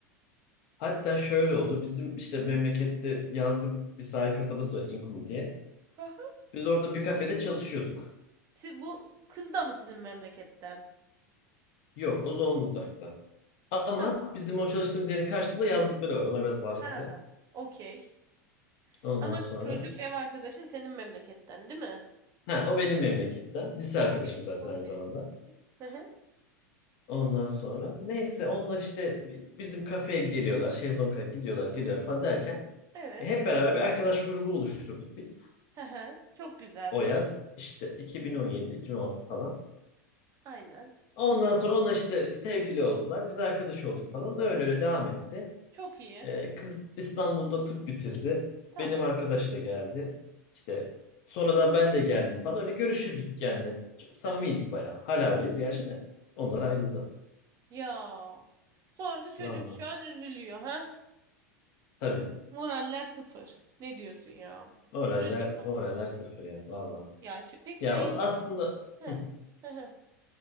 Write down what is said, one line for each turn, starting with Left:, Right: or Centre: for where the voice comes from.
Left: Hatta şöyle oldu, bizim işte memlekette yazlık bir sahil kasabası var İnkum diye.
Right: Hı hı.
Left: Biz orada bir kafede çalışıyorduk.
Right: Siz, bu kız da mı sizin memleketten?
Left: Yok, o Zonguldak'ta. Ama
Right: Tamam.
Left: bizim o çalıştığımız yerin karşısında yazlıkları var. Onlar biraz varlıklı.
Right: Ha ha. Okey.
Left: Ondan
Right: Ama
Left: sonra.
Right: çocuk ev arkadaşın senin memleketten değil mi?
Left: Ha, o benim memleketten. Lise
Right: Okey,
Left: arkadaşım zaten
Right: okey,
Left: aynı zamanda.
Right: okey. Hı hı,
Left: Ondan sonra neyse onlar işte bizim kafeye geliyorlar. Şezlong'a gidiyorlar geliyorlar falan derken
Right: evet.
Left: e, hep beraber bir arkadaş grubu oluşturduk biz.
Right: Hı hı, çok güzelmiş.
Left: O yaz işte 2017-2016 falan.
Right: Aynen.
Left: Ondan sonra onlar işte sevgili oldular. Biz arkadaş olduk falan. Öyle öyle devam etti.
Right: Çok iyi.
Left: E, kız İstanbul'da tıp bitirdi.
Right: Tamam.
Left: Benim arkadaş da geldi. İşte sonradan ben de geldim falan. Öyle görüşürdük yani. Çok samimiydik
Right: Hı hı.
Left: bayağı. Hala öyleyiz gerçi de. Onlar ayrıldı.
Right: Ya. Sonra da çocuk
Left: Vallahi.
Right: şu an üzülüyor ha?
Left: Tabii.
Right: Moraller sıfır. Ne diyorsun ya?
Left: Oralar,
Right: Üzüldüm bak.
Left: oralar sıfır ya valla.
Right: Ya çö- peki
Left: Ya
Right: sen yine...
Left: o da aslında
Right: Hı,
Left: hı,
Right: hı hı.